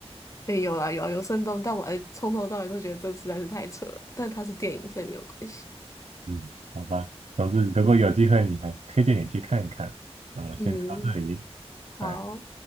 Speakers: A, on the left; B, on the right.
A: 对，有啦，有啊，有生动，但我还从头到尾都觉得这实在是太扯了，但它是电影，所以没有关系。
B: 嗯，好吧。总之，如果有机会，你还推荐你去看一看。那我们先聊到这里，
A: 嗯，好。
B: 拜。